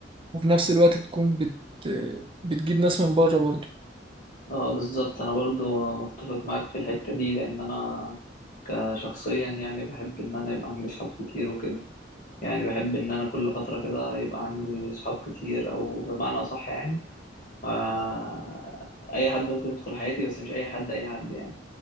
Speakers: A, on the right (about 30°); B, on the left (about 50°).
A: وفي نفس الوقت تكون بت... بتجيب ناس من بره برضه
B: اه بالظبط انا برضو متفق معاك في الحتة دي لان انا كشخصيا يعني بحب ان انا يبقى عندي صحاب كتير وكده يعني بحب ان انا كل فترة كده يبقى عندي صحاب كتير او بمعنى اصح يعني آه، اي حد ممكن يدخل حياتي بس مش اي حد اي حد يعني